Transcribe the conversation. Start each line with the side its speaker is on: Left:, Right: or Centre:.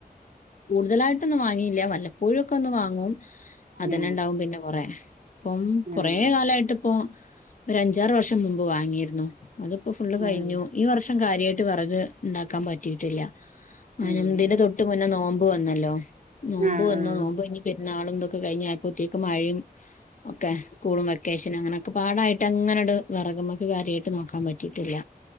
Left: കൂടുതലായിട്ടൊന്നും വാങ്ങിയില്ല വല്ലപ്പോഴുമൊക്കെ ഒന്ന് വാങ്ങും അതന്നെ
Right: ആഹ്
Left: ഉണ്ടാവും പിന്നെ കൊറേ ഇപ്പം
Right: ആഹ്
Left: കൊറേ കാലായിട്ട് ഇപ്പൊ ഒരു അഞ്ചാറ് വർഷം മുമ്പ് വാങ്ങിയിരുന്നു അതിപ്പോ ഫുള്ള് കഴിഞ്ഞു
Right: ആഹ്
Left: ഈ വർഷം കാര്യമായി ട്ട് വിറക് ഉണ്ടാക്കാൻ പറ്റീട്ടില്ല അയിന്
Right: ആഹ്
Left: ഇതിന്റെ തൊട്ട് മുന്നേ നോമ്പ് വന്നല്ലോ നോമ്പ്
Right: ആഹ്
Left: വന്നോ
Right: ആഹ്
Left: നോമ്പോ ഇനി പെരുന്നാളും കഴിഞ്ഞപ്പോത്തേക്ക് മഴയും ഒക്കെ സ്കൂളും വെക്കേഷനും അങ്ങനെയൊക്കെ പാടായിട്ട് അങ്ങനെട് വെറ നമ്മക്ക് കാര്യമായിട്ട് നോക്കാൻ പറ്റിയിട്ടില്ല